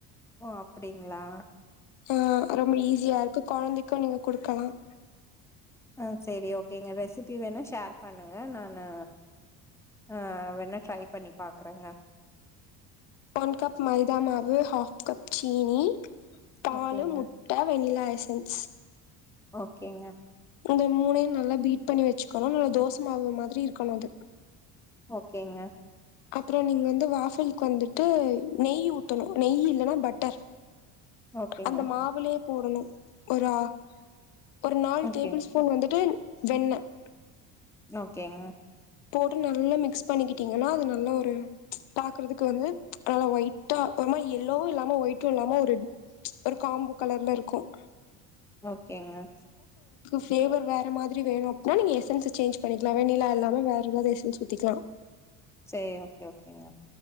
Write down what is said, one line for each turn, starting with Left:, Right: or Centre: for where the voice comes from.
Centre: ஓ அப்பிடிங்களா
Left: ஆஹ் ரொம்ப ஈஸியா இருக்கு கொழந்தைக்கும் நீங்க குடுக்கலாம்
Centre: ஆ சரி ஓகேங்க ரெசிபி வேணா ஷேர் பண்ணுங்க நானு ஆ வேணா ட்ரை பண்ணி பாக்குறேங்க
Left: ஒன் கப் மைதா மாவு ஆஃப் கப் சீனி பாலு
Centre: ஓகேங்க
Left: முட்ட வெண்ணிலா சேன்ஸ்
Centre: ஓகேங்க
Left: இந்த மூணையும் நல்லா பீட் பண்ணி வச்சுக்கணும் நல்லா தோசமாவு மாதிரி இருக்கணும் அது
Centre: ஓகேங்க
Left: அப்புறம் நீங்க வந்து வாஃபில்க்கு வந்துட்டு நெய் ஊத்தணும் நெய் இல்லன்னா பட்டர்
Centre: ஓகேங்க
Left: அந்த மாவுலையே போடணும் ஒரு ஆ ஒரு நாலு
Centre: ஓகே
Left: டேபிள் ஸ்பூன் வந்துட்டு வெண்ண ம்ம்
Centre: ஓகேங்க
Left: போட்டு நல்லா மிக்ஸ் பண்ணிக்கிட்டீங்கன்னா அது நல்லா ஒரு பாக்குறதுக்கு வந்து நல்லா ஒயிட்டா ஒரு மாரி எல்லோவும் இல்லாம ஒயிட்டும் இல்லாம ஒரு காம்போ கலர்ல இருக்கும்
Centre: ஓகேங்க
Left: பிளேவர் வேற மாதிரி வேணு அப்டினா நீங்க எசன்ஸ் சேஞ்ச் பண்ணிக்கலாம் வெண்ணிலா இல்லாம வேற இன்னொரு எசன்ஸ் ஊத்திக்கலாம்
Centre: சரி ஓகே ஓகேங்க